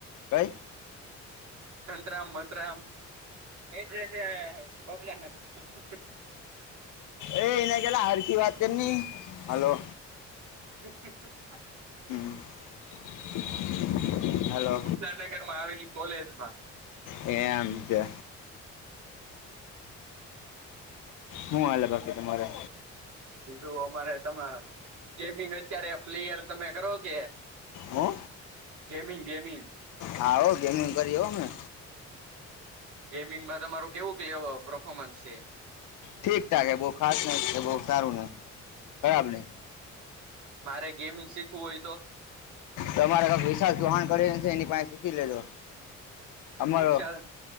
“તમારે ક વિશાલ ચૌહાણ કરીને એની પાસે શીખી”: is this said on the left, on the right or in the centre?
Left